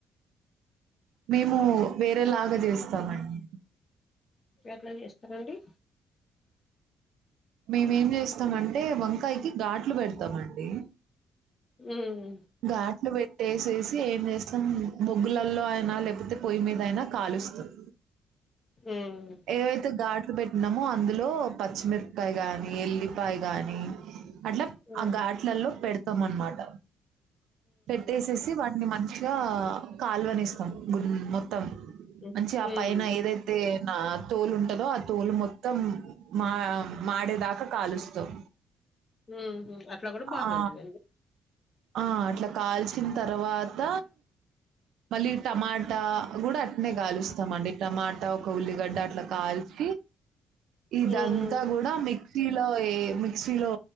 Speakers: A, on the right; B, on the left.
A: మేము వేరేలాగా చేస్తామండి
B: ఎట్లా చేస్తారంండి
A: మేముేం చేస్తామంటే వంకాయకి ఘాట్లు పెడతామండి
B: ఉ
A: ఘాట్లు పెట్ టేస్ వేసి ఏం చేస్తాం మొగ్గులలో అయినా లేకపోతే పొయ్యి మీద అయినా కాలుస్తాం
B: హ్మ్
A: ఏవతే గార్ట్ ఇ పెట్టినాము అందులో పచ్చిమిరపకాయ కానీ ఎల్లిపాయ కానీ అట్లా
B: హ్మ్
A: ఆ ఘాట్లలో పెడత త్తమనమాట పెట్టేసేసి వాటిని మంచి ఇకా కాలువని ఇస్తాం గు మొత్తం
B: ఊహూ
A: మంచి ఆ
B: హ్మ్
A: పైన ఏదైతే తోలు ఉంటదో ఆ తోలు మొత్తం మా మాడేదాకా కాలుస్తాం
B: ఉ అ అట్లా కూడా బాగానే
A: ఆ
B: ఉంటుందండి
A: ఆ అట్లా కాల్చిన తర్వాత మళ్ళీ టమాటా కూడా అట్నే కాలుస్తామండి టమాటా ఒక ఉల్లిగడ్డ అట్లా కాల్చ ఇదంతా
B: హ్మ్
A: కూడా మీకు మిక్సలో ఏ మిక్సీలో